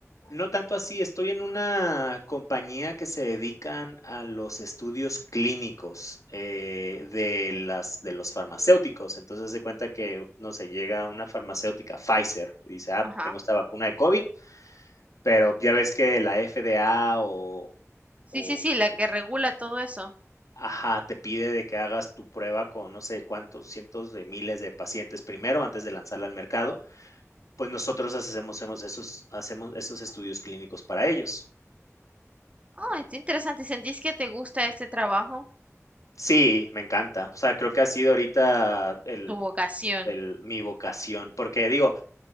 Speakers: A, on the left; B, on the right.
A: no tanto así, estoy en una compañía que se dedican a los estudios clínicos eh, de, las, de los farmacéuticos. Entonces se cuenta que, no sé, llega una farmacéutica, Pfizer, y dice, ah,
B: Ajá.
A: tengo esta vacuna de COVID, pero ya ves que la FDA o,
B: Sí,
A: o,
B: sí, sí,
A: o
B: la que regula todo eso.
A: ajá, te pide de que hagas tu prueba con no sé cuántos cientos de miles de pacientes primero antes de lanzarla al mercado pues nosotros hacemos, hacemos, esos, hacemos esos estudios clínicos para ellos.
B: Ah, está interesante. ¿Y ¿Sentís que te gusta este trabajo?
A: Sí, me encanta. O sea, creo que ha sido ahorita el
B: Tu vocación.
A: el, mi vocación, porque digo,